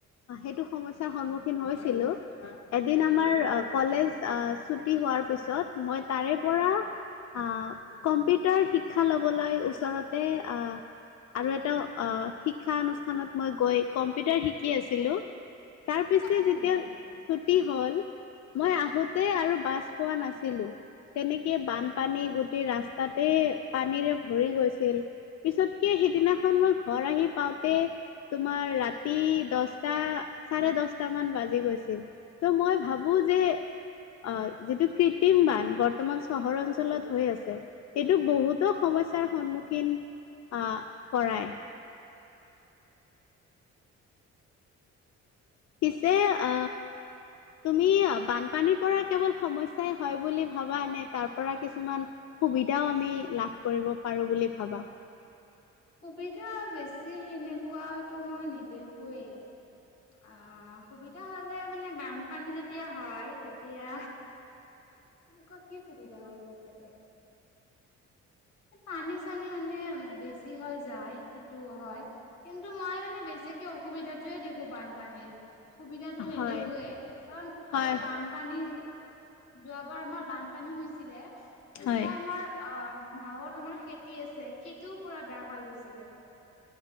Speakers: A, on the left; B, on the left.
A: অ' সেইটো সমস্যাৰ সন্মুখীন হৈছিলো। এদিন আমাৰ কলেজ ছুটি হোৱাৰ পিছত মই তাৰে পৰা আহ, কম্পিউটাৰ শিক্ষা লবলৈ ওচৰতে আহ আৰু এটা শিক্ষা অনুষ্ঠানত মই গৈ কম্পিউটাৰ শিকি আছিলো। তাৰ পিছে
B: হয়
A: যেতিয়া ছুটি হ'ল। মই আহোঁতেই আৰু বাছ পোৱা নাছিলো। তেনেকে বানপানী গোটেই ৰাস্তাতে পানীৰে ভৰি গৈছিল, পিছতকে সেইদিনাখন মই ঘৰ আহি পাওঁতে। তোমাৰ ৰাতি দহটা, চাৰে দহটা মান বাজি গৈছিল। ত' মই ভাবো যে অ' যিটো কৃত্ৰিম বান বৰ্তমান চহৰ অঞ্চলত হৈ আছে। এইটো বহুতৰ সমস্যাৰ সন্মুখীন আহ কৰাই। পিছে আহ তুমি বানপানীৰ পৰা কেৱল সমস্যাই হয় বুলি ভাবা নে? তাৰ পৰা কিছুমান সুবিধাও আমি লাভ কৰিব পাৰো বুলি ভাবা?
B: সুবিধা বেছি সেনেকোৱাটো মই নেদেখোঁয়ে। অ' সুবিধা হলে মানে বানপানী যেতিয়া হয় তেতিয়া এনেকুৱা কি সুবিধা হব পাৰে? পানী-চানী মানে বেছি হয় যায় সেইটো হয়। কিন্তু মই মানে বেছিকে অসুবিধাতোৱে দেখো বানপানীৰ। সুবিধাটো নেদেখোৱে,
A: হয়
B: কাৰণ
A: হয়
B: আৰু বান পানী যোৱাবাৰ আমাৰ বানপানী হৈছিলে। তেতিয়া
A: হয়
B: আমাৰ অ' গাঁৱত আমাৰ খেতি আছে, সেইটোও পুৰা বেয়া হৈ গৈছিলে।